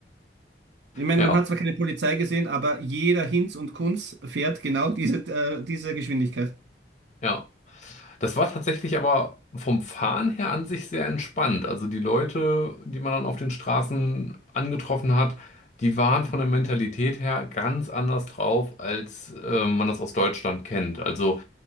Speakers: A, on the right; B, on the left.
A: Ich meine,
B: Ja,
A: man hat zwar keine Polizei gesehen, aber jeder Hinz und Kunz fährt genau diese, äh, diese Geschwindigkeit.
B: ja. Das war tatsächlich aber vom Fahren her an sich sehr entspannt. Also die Leute, die man dann auf den Straßen angetroffen hat, die waren von der Mentalität her ganz anders drauf, als äh, man das aus Deutschland kennt. Also